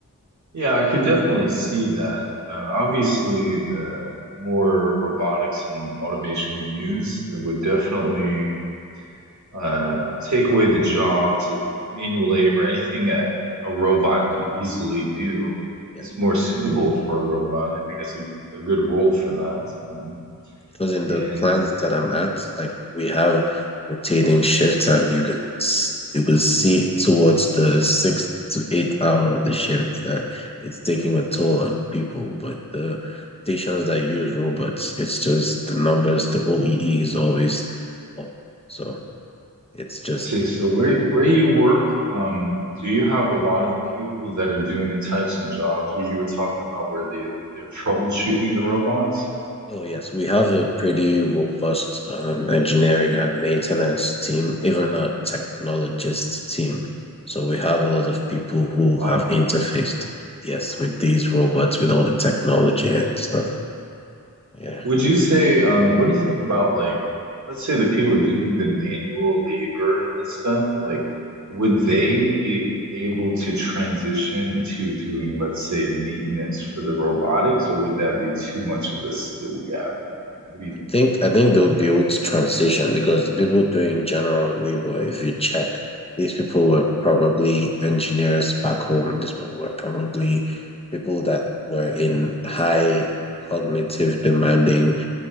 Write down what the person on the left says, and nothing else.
yeah.
Because in the
plants that I'm at, like we have rotating shifts, and you could s- you could see towards the sixth to eighth hour of the shift that it's taking a toll on people. But the stations that use robots, it's just the numbers, the OEE is always up. So it's just
Oh, yes, we have a pretty robust um, engineering and maintenance team, even a technologist team. So we have a lot
of people
who
have
interfaced,
yes, with these robots, with all the technology and stuff. Yeah,
I think I think they'll be able to transition because the people doing general labor, if you check, these people were probably engineers back home. These people were probably people that were in high cognitive demanding